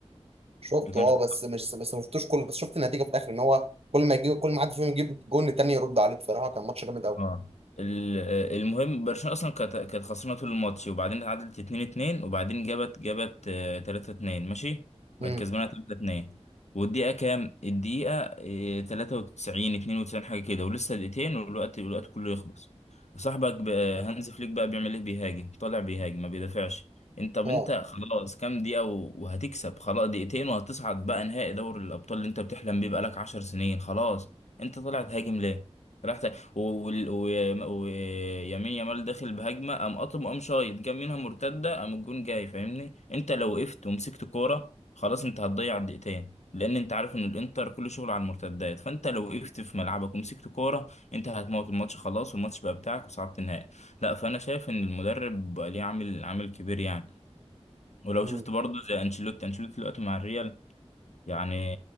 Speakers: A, on the right; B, on the left.
A: شفته
B: اللي كان في
A: أه بس مش بس ما شفتوش كله بس شفت النتيجة في الآخر إن هو كل ما يجيب كل ما حد فيهم يجيب جون التاني يرد عليه بصراحة كان ماتش جامد أوي
B: اه ال- المهم برشلونة اصلا كانت كانت خسرانة طول الماتش وبعدين اتعادلت 2-2 وبعدين جابت جابت آه، 3-2 ماشي بقت
A: امم
B: كسبانة 3-2 والدقيقة كام؟ الدقيقة آه، 93 92 حاجة كده ولسه دقيقتين والوقت والوقت كله يخلص صاحبك بقى- هانز فليك بقى بيعمل ايه بيهاجم طالع بيهاجم ما بيدافعش انت طب
A: اه
B: انت خلاص كام دقيقة و- وهتكسب خلاص دقيقتين وهتصعد بقى نهائي دوري الأبطال اللي انت بتحلم بيه بقالك 10 سنين خلاص انت طالع تهاجم ليه؟ راح ويمين و... و... و... ويمين يامال داخل بهجمه قام قاطم قام شايط جاب منها مرتده قام الجون جاي فاهمني انت لو وقفت ومسكت كوره خلاص انت هتضيع الدقيقتين لان انت عارف ان الانتر كل شغل على المرتدات فانت لو وقفت في ملعبك ومسكت كوره انت هتموت الماتش خلاص والماتش بقى بتاعك وصعدت النهائي لا فانا شايف ان المدرب بقى ليه عامل عامل كبير يعني ولو
A: مم.
B: شفت برضه زي انشيلوتي انشيلوتي دلوقتي مع الريال يعني